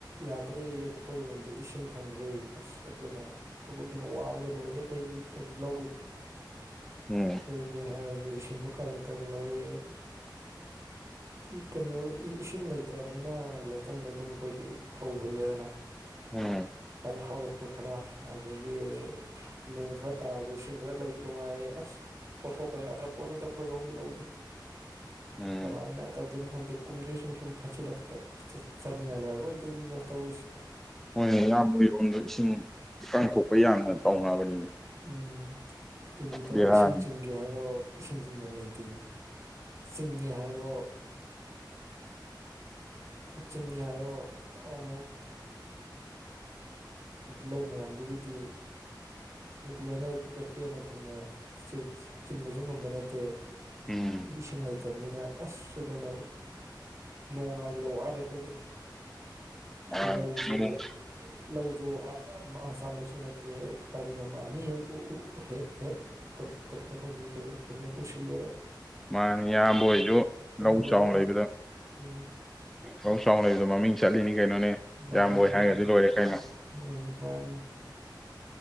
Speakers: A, on the right; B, in the centre.
A: ꯌꯥꯗ꯭ꯔꯦ ꯑꯩꯈꯣꯏꯔꯣꯝ ꯑ ꯏꯁꯤꯡ ꯐꯪꯗ꯭ꯔꯦ ꯑꯁ ꯑꯗꯨꯅ <unintelligible> ꯋꯥꯕꯅ ꯂꯣꯏꯔꯦ ꯑꯩꯈꯣꯏ ꯂꯧ
B: ꯎꯝ
A: ꯁꯨꯒꯦ ꯍꯥꯏꯔ ꯑꯗꯨ ꯏꯁꯤꯡꯗꯣ ꯀꯔꯝ ꯀꯔ ꯂꯧꯏ ꯀꯩꯅꯣ ꯏꯁꯤꯡ ꯂꯩ ꯐꯠꯇ꯭ꯔꯕꯅꯤꯅ ꯂꯩꯀꯪꯗ ꯑꯗꯨꯝ ꯑꯩꯈꯣꯏꯗꯤ ꯐꯧ ꯍꯨꯜꯂꯦꯗꯅ
B: ꯎꯝ
A: ꯍꯥꯏꯗꯤ ꯍꯧꯔꯛꯄ ꯈꯔ ꯑꯗꯨꯗꯒꯤ ꯅꯣꯡ ꯈꯔ ꯇꯥꯔꯒ ꯏꯁꯤꯡ ꯈꯔ ꯂꯩꯕ ꯅꯨꯡꯉꯥꯏꯔꯦ ꯑꯁ ꯄꯣꯠꯊꯣꯛꯀ ꯌꯥꯗ꯭ꯔ ꯄꯣꯠꯅꯤꯗ ꯈꯣꯏꯔꯣꯡꯝꯒꯤ ꯂꯧꯗꯦ
B: ꯎꯝ
A: ꯀꯃꯥꯏꯅ ꯇꯧ ꯈꯪꯗꯦ ꯀꯨꯝꯖꯦ ꯁꯨꯡꯁꯨꯝ ꯐꯆꯜꯛꯇ ꯑ ꯆꯥꯅꯤꯡꯉꯥꯏ ꯂꯩꯔꯦ ꯑꯣꯏꯗꯣꯏꯔꯤꯗ ꯇꯧꯏꯁ
B: ꯍꯣꯏꯣꯏ ꯌꯥꯝꯃꯔꯣꯝꯗ ꯏꯁꯤꯡ ꯏꯀꯪ ꯊꯣꯛꯄ ꯌꯥꯅꯗ ꯄꯥꯎ ꯍꯥꯏꯕꯅꯤ
A: ꯎꯝ ꯇꯨꯜꯂꯨ ꯇꯧꯔ
B: ꯕꯦꯔꯥꯅꯤ
A: ꯏꯁꯤꯡ ꯆꯤꯡꯒꯦ ꯍꯥꯏꯔꯣ ꯏꯁꯤꯡ ꯆꯤꯡꯐꯝ ꯂꯩꯇꯦ ꯆꯤꯡꯉꯦ ꯍꯥꯏꯔꯣ ꯆꯤꯡꯅꯤ ꯍꯥꯏꯣꯃꯨꯛ ꯂꯧ ꯃꯌꯥꯝꯗꯨꯒꯤꯗꯤ ꯂꯣꯏꯅ ꯄꯦꯟꯅ ꯊꯨꯡꯅ ꯆꯤꯡꯕꯁꯨ ꯉꯝꯕ ꯅꯠꯇꯦ
B: ꯎꯝ
A: ꯏꯁꯤꯡ ꯂꯩꯇꯕꯅꯤꯅ ꯑꯁ ꯑꯗꯨꯅ ꯅꯣꯡꯉꯥꯏꯕꯗ ꯋꯥꯔꯦ ꯑꯩꯈꯣꯏꯗꯤ
B: ꯃꯥꯅꯤ
A: ꯂꯧꯧꯖ
B: ꯅꯣꯡ
A: ꯂꯧꯁꯨ ꯆꯥꯝꯕꯁꯨ ꯅꯠꯇꯦ ꯄꯥꯔꯤ ꯑꯃꯅꯤ ꯍꯦꯛ ꯍꯦꯛ ꯍ ꯎꯁꯤꯜꯂꯦ
B: ꯃꯥꯅꯤ ꯏꯌꯥꯝꯕꯣꯏꯁꯨ ꯂꯧ
A: ꯂꯣꯏꯔꯦ
B: ꯆꯥꯎꯅ
A: ꯑꯩꯈꯣꯏꯗꯤ
B: ꯂꯩꯕꯗ
A: ꯎꯝ
B: ꯂꯧ ꯆꯥꯎꯅ ꯂꯩꯕꯗ ꯃꯃꯤꯡ ꯆꯠꯂꯤꯅꯤ ꯀꯩꯅꯣꯅꯦ
A: ꯃꯥꯅꯤ
B: ꯏꯌꯥꯝꯕꯣꯏ
A: ꯃꯥꯅꯤ
B: ꯍꯥꯏꯔꯒꯗꯤ ꯂꯣꯏꯔꯦ ꯀꯩꯅꯣ
A: ꯎꯝ ꯃꯥꯅꯤ